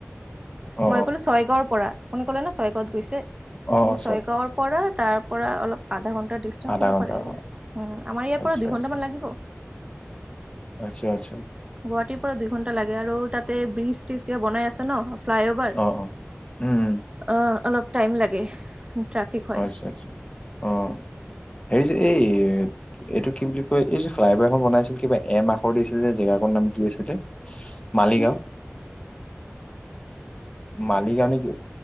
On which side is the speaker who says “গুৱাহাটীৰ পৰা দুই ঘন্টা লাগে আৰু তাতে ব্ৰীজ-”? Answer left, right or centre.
Right